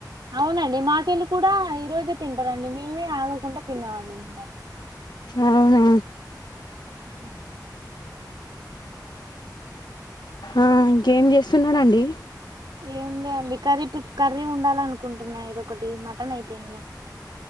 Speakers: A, on the right; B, on the left.
A: అవునండి మాకెళ్ళి ళ కూడా ఈ రోజే తింటారండి మేమే ఆగకుండా తినమండి నిిన్ననే
B: అవునా
A: అ
B: ఆ ఇంక ఏం చేస్తున్నరండి
A: ఏం లే అండి కర్రీ కర్రీ ఉండాల అనుకుంటున్నా ఇదొ ఒకటి మటన్ అయిపోయింది